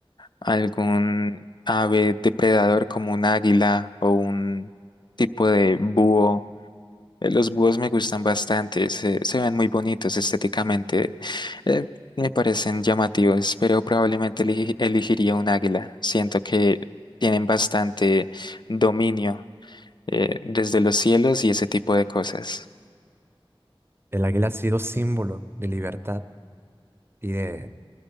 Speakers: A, on the left (about 50°); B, on the right (about 25°).
A: algún ave depredador como un águila o un tipo de búho. Eh, Los búhos me gustan bastante, se, se ven muy bonitos estéticamente, eh, me parecen llamativos, pero probablemente eligi- elegiría un águila. Siento que tienen bastante dominio eh, desde los cielos y ese tipo de cosas.
B: El águila ha sido símbolo de libertad y de